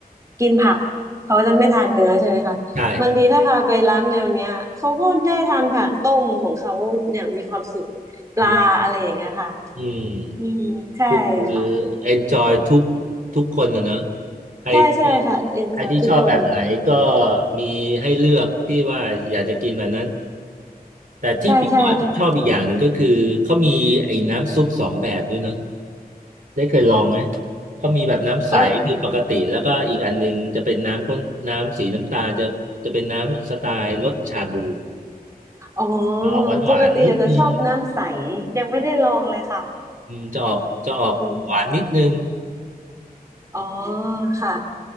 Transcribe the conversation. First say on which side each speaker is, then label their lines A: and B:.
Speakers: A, on the right; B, on the right.
A: กินผักเขาจะไม่ทานเนื้อใช่ไหมคะบางทีถ้าพาไปร้านแนวเนี้ยเขาก็ได้ทานผักต้มของเขาอย่างมีความสุขปลาอะไรอย่างเงี้ยค่ะ
B: ใช่อืมอืม
A: อืมใช่ค่ะ
B: คือ enjoy ทุกทุกคนนะเนอะใครที่
A: ใช่ใช่ค่ะ enjoy
B: ใครที่ชอบแบบไหนก็
A: ทุกคน
B: มีให้เลือกที่ว่าอยากจะกินแบบนั้นแต่ที่ติดน้อยผมชอบอีกอย่างหนึ่งก็คือเขามีไอ้น้ำซุปสองแบบด้วยเนอะ
A: ใช่ใช่ค่ะ
B: ได้เคยลองไหม เขามีแบบน้ำใสคือปกติแล้วก็อีกอันนึงจะเป็นน้ำข้นน้ำสีน้ำตาลจะจะเป็นน้ำสไตล์รสชาบู
A: เอออ๋อ
B: ออกหวานหวานนิดนึง
A: ปกติอาจจะชอบน้ำใสยังไม่ได้ลองเลยค่ะ
B: อืมจะออกจะออกหวานนิดนึง
A: อืม อ๋อค่ะ